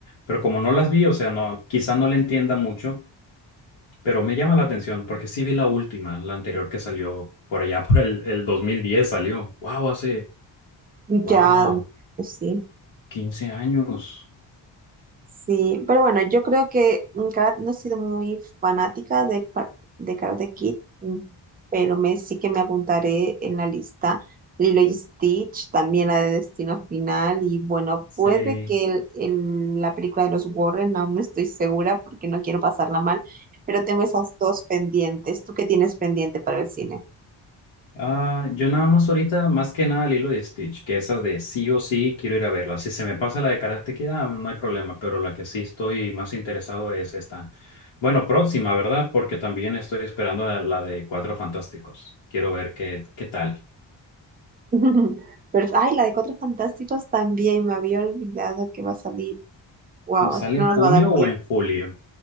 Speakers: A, on the left (about 80°); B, on the right (about 20°).
A: pero como no las vi, o sea, no, quizá no le entienda mucho pero me llama la atención porque sí vi la última, la anterior que salió por allá <laughs> por el, el 2010 salió. Wow, hace,
B: Ya,
A: wow,
B: pues sí.
A: 15 años.
B: Sí, pero bueno, yo creo que nunca no he sido muy fanática de, par- de Karate Kid, mm, pero me, sí que me apuntaré en la lista Lilo y Stitch, también la de Destino Final, y bueno,
A: Sí.
B: puede que el- el- la película de los Warren, aún no estoy segura porque no quiero pasarla mal, pero tengo esas dos pendientes. ¿Tú qué tienes pendiente para el cine?
A: Ah, yo nada más ahorita, más que nada Lilo y Stitch, que esas de sí o sí quiero ir a verla. Si se me pasa la de Karate Kid, ah, no hay problema, pero la que sí estoy más interesado es esta. Bueno, próxima, ¿verdad? Porque también estoy esperando la, la de Cuatro Fantásticos. Quiero ver qué, qué tal.
B: <laughs> Pero, ay, la de Cuatro Fantásticos también, me había olvidado que va a salir. Wow,
A: Si sale
B: no
A: en
B: nos
A: junio
B: va a dar
A: o
B: tiempo.
A: en julio.